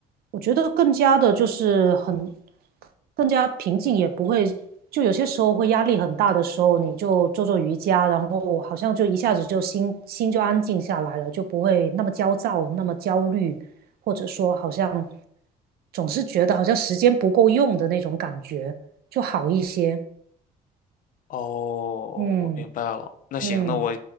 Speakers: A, on the right; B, on the left.
A: 我觉得更加的就是很更加平静，也不会就有些时候会压力很大的时候，你就做做瑜伽，然后好像就一下子就心心就安静下来了，就不会那么焦躁、那么焦虑，或者说好像总是觉得好像时间不够用的那种感觉，就好一些。
B: 哦，
A: 嗯
B: 我明白了。那行，
A: 嗯
B: 那我